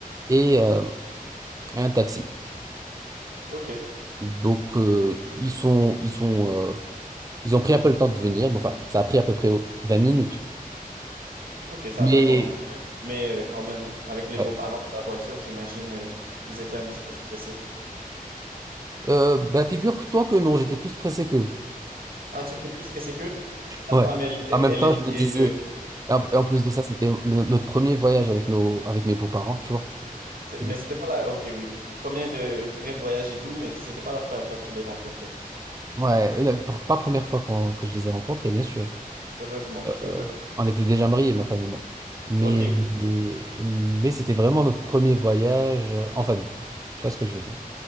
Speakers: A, on the right (about 25°); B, on the right (about 75°).
A: et, euh, et un taxi.
B: Ok,
A: Donc, euh, ils sont, ils sont, euh, ils ont pris un peu le temps de venir. Bon, enfin, ça a pris à peu près 20 minutes.
B: ok, ça
A: Mais,
B: va quand même. Mais euh, quand même, avec les
A: ouais.
B: beaux-parents de la voiture, j'imagine, euh, ils étaient un petit peu stressés.
A: Euh, bah, figure-toi que non, j'étais plus pressé qu'eux.
B: Ah, tu étais plus stressé qu'eux? La
A: Ouais.
B: femme, elle, elle
A: En même temps,
B: était.
A: je me disais.
B: euh,
A: Et en, et en plus de ça, c'était le- notre premier voyage avec nos, avec mes beaux-parents, tu vois.
B: c'est-
A: Et
B: mais
A: du,
B: c'était pas la. Ok, oui. Premier euh, vrai voyage et tout, mais c'était pas la première fois que tu l'as rencontré.
A: ouais, la- pr- pas première fois qu'on- que je les ai rencontrés, bien sûr.
B: Heureusement.
A: Euh,
B: Heureusement.
A: on était déjà mariés, ma femme et moi. Mais,
B: Ok, oui.
A: mais c'était vraiment notre premier voyage euh, en famille. Tu vois ce que je veux dire?